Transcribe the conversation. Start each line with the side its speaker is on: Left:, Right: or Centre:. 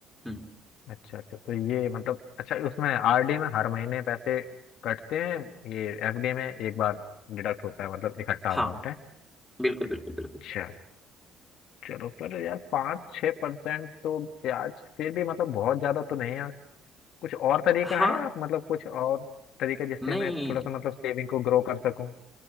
Centre: हम्म
Left: अच्छा अच्छा तो ये मतलब अच्छा उसमें आरडी में हर महीने पैसे कटते हैं ये एफडी में एक बार डिडक्ट होता है मतलब इकट्ठा
Centre: हाँ
Left: अमाउंट है
Centre: बिल्कुल बिल्कुल बिल्कुल
Left: अच्छा चलो पर यार पाँच छः परसेंट तो ब्याज फिर भी मतलब बहुत ज़्यादा तो नहीं है कुछ और तरीका
Centre: हाँ
Left: है आप मतलब कुछ और तरीका जिससे
Centre: नहीं
Left: मैं थोड़ा सा मतलब सेविंग को ग्रो कर सकूं